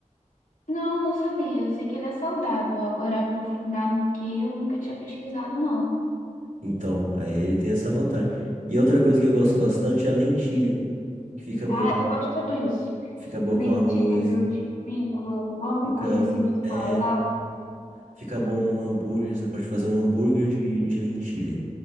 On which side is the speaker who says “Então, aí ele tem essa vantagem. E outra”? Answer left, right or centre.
Right